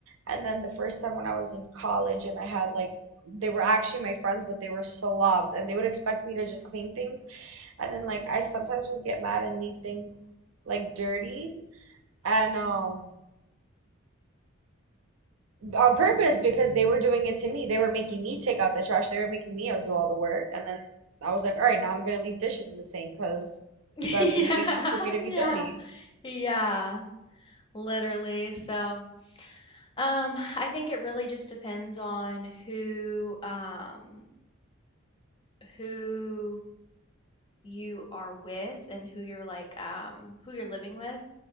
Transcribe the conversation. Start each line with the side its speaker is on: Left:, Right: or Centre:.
Right: and then the first time when I was in college and I had like they were actually my friends, but they were slobs and they would expect me to just clean things and then like I sometimes would get mad and leave things like dirty and um on purpose because they were doing it to me. They were making me take out the trash. They were making me uh, do all the work. And then I was like, all right, now I'm gonna leave dishes in the sink because
Left: <laughs> Yeah,
Right: you guys are leaving things for me to
Left: yeah.
Right: be dirty.
Left: Yeah, literally. So, um, I think it really just depends on who um who you are with and who you're like um who you're living with